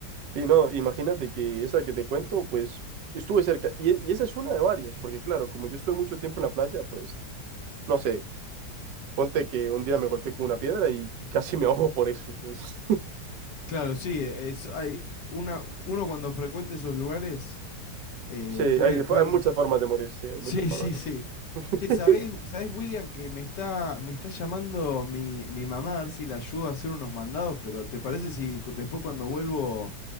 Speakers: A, on the right (about 85°); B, on the left (about 80°).
A: Sí, no, imagínate que esa que te cuento, pues estuve cerca. Y, y esa es una de varias, porque claro, como yo estuve mucho tiempo en la playa, pues no sé, ponte que un día me golpeé con una piedra y <laughs> casi me ahogo por eso. o sea, <laughs> es-
B: Claro, sí, es, hay una, uno cuando frecuenta esos lugares, eh,
A: sí, hay,
B: puede- pueden,
A: hay muchas formas de morir, sí, hay
B: sí,
A: muchas formas
B: sí,
A: de
B: sí.
A: morir.
B: Che, ¿sabés,
A: <laughs>
B: sabés, William, que me está, me está llamando mi, mi mamá a ver si le ayudo a hacer unos mandados, pero ¿te parece si cu- después cuando vuelvo,